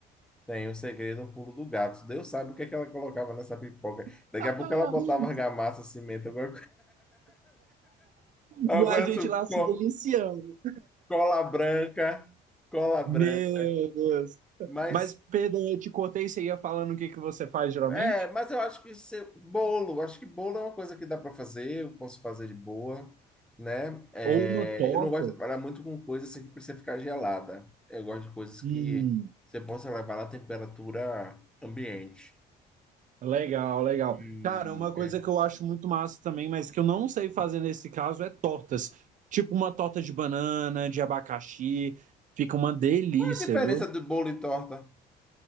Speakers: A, in the centre; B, on the right.
A: tem o segredo, o pulo do gato. Deus sabe o que é que ela colocava nessa pipoca.
B: <laughs>
A: Daqui a pouco ela botava argamassa, cimento, alguma Eu
B: E
A: conheço
B: a gente lá se
A: co-
B: deliciando.
A: cola branca, cola branca.
B: Meu Deus.
A: Mas
B: Mas, Pedro, eu te cortei, você ia falando o que que você faz geralmente?
A: é, mas eu acho que se- bolo, acho que bolo é uma coisa que dá para fazer, eu posso fazer de boa, né? É,
B: Ou uma torta.
A: eu não gosto de trabalhar muito com coisas assim que precisa ficar gelada. Eu gosto de coisas que
B: Hum,
A: você possa levar na temperatura ambiente.
B: legal, legal.
A: E
B: Cara, uma coisa
A: é.
B: que eu acho muito massa também, mas que eu não sei fazer nesse caso, é tortas. Tipo uma torta de banana, de abacaxi. Fica uma delícia,
A: Qual é a diferença
B: viu?
A: do bolo e torta?